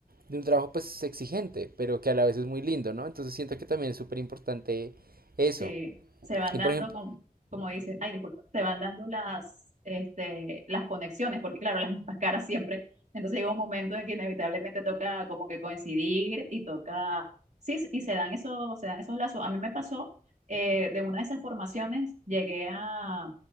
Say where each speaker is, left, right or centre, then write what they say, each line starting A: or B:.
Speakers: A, on the right; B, on the right.
A: de un trabajo pues exigente, pero que a la vez es muy lindo, ¿no? Entonces siento que también es súper importante eso.
B: se, se van
A: Y
B: dando,
A: por ejemplo,
B: com- como dices, ay, disculpa, se van dando las, este, las conexiones, porque claro, las mismas caras siempre. Entonces llega un momento en que inevitablemente toca como que coincidir y toca, sí, s- y se dan esos, se dan esos lazos. A mí me pasó, eh, de una de esas formaciones, llegué a,